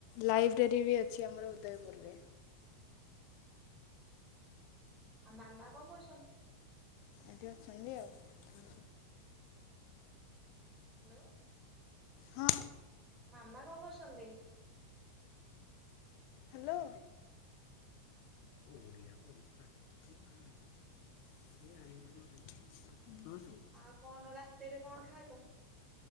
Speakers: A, on the left; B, on the right.
A: ଲାଇବ୍ରେରୀ ବି ଅଛି ଆମର ଉଦୟପୁର୍ରେ।
B: ଆଉ ମାମା କଂ କହୁଛନ୍ତି।
A: ଏଠି ଅଛନ୍ତି ଆଉ।
B: ହେଲୋ।
A: ହଁ।
B: ମାମା କଂ କର୍ଛନ୍ତି।
A: ହାଲୋ। ଓଡ଼ିଆ <unintelligible> <unintelligible>
B: ଆଉ କଣ ରାତିରେ କଣ ଖାଇବ?